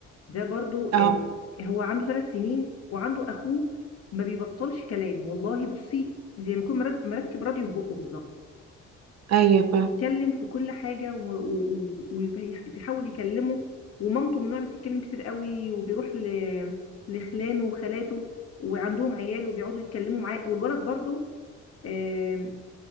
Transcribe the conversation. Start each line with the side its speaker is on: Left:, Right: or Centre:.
Left: ده برضو آه،
Right: اه
Left: هو عنده ثلاث سنين وعنده اخوه ما بيبطلش كلام والله بصي زي ما يكون مرد- مركب راديو في بقه بالظبط
Right: ايوه فاهمه
Left: يتكلم في كل حاجه وبيحاول يكلمه ومامته من النوع اللي بتتكلم كتير قوي وبيروح ل- لخلانه وخالاته وعندهم عيال وبيقعدوا يتكلموا معاه والولد برضو آم،